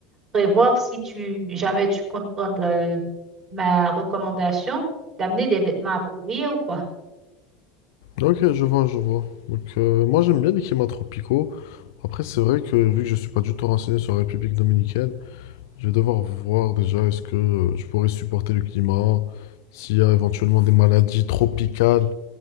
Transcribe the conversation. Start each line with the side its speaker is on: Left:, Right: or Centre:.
Right: prévoir si tu jamais tu comptes prendre euh, ma recommandation d'amener des vêtements appropriés ou quoi.
Left: Ok, je vois, je vois. Donc, euh, moi, j'aime bien les climats tropicaux. Après, c'est vrai que, vu que je suis pas du tout renseigné sur la République dominicaine, je vais devoir voir déjà est-ce que euh, je pourrais supporter le climat, s'il y a éventuellement des maladies tropicales